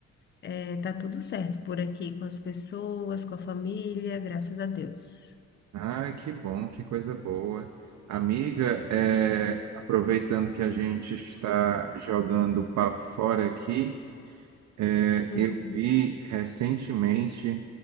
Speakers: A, on the left; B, on the right.
A: eh, tá tudo certo por aqui, com as pessoas, com a família, graças a Deus.
B: Ai, que bom, que coisa boa. Amiga, é, aproveitando que a gente está jogando o papo fora aqui, é,
A: Uhum.
B: eu vi recentemente